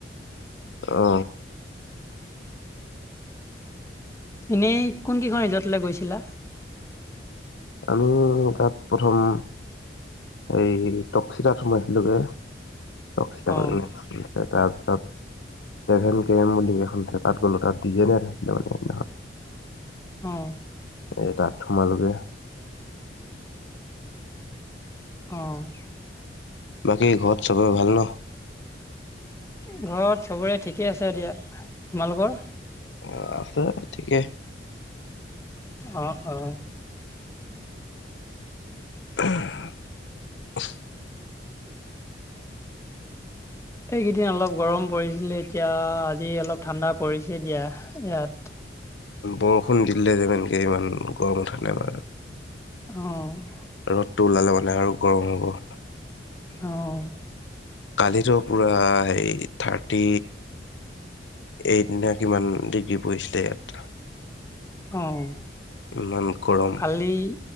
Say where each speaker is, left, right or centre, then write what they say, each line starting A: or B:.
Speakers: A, on the left; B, on the left.
A: অ
B: এনেই কোন কেইখন ৰিজৰ্টলৈ গৈছিলা
A: আমি তাত প্ৰথম এইেই টকচিতাত সোমাইছিলোগে টকচিতা
B: অ',
A: কৰিছে তাৰপিছত ছেভেন কে এম বুলি এখন আছে তাত গ'লোঁ তাত ডি জে নাইট আছিলে মানে সেইদিনাখন
B: অ
A: এই তাত সোমালোগে
B: অ'।
A: বাকী ঘৰত চবৰে ভাল ন?
B: ঘৰত চবৰে ঠিকে আছে দিয়া, তোমালোকৰ?
A: অ', আছে ঠিকে।
B: অ', অ'।
A: <unintelligible> <unintelligible>
B: এইকেইদিন অলপ গৰম পৰিছিলে, এতিয়া আজি অলপ ঠাণ্ডা পৰিছে দিয়া ইয়াত।
A: বৰষুণ দিলে যে ইমানকে ইমান গৰম উঠা নাই বাৰু।
B: অ'।
A: ৰ'দটো ওলালে মানে আৰু গৰম হ'ব।
B: অ'।
A: কালিতো পুৰা হেই থাৰ্টি। এইত নে কিমান ডিগ্ৰী পৰিছিলে ইয়াত।
B: অ',
A: ইমান গৰম।
B: কালি